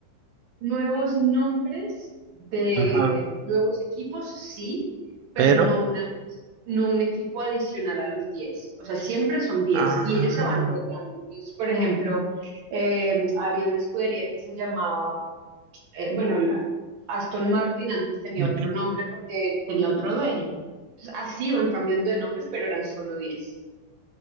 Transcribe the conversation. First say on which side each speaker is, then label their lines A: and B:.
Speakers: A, on the right; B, on the right.
A: Nuevos nombres de
B: Ajá.
A: nuevos equipos, sí, pero
B: pero,
A: no una, no un equipo adicional a los diez, O sea, siempre son diez
B: Ah.
A: y ellos se van rotando. Entonces, por ejemplo, eh, había una escudería que se llamaba eh, bueno, la- Aston Martin antes tenía
B: Ujú.
A: otro nombre porque tenía otro dueño. Entonces, así iban cambiando de nombres, pero eran solo 10.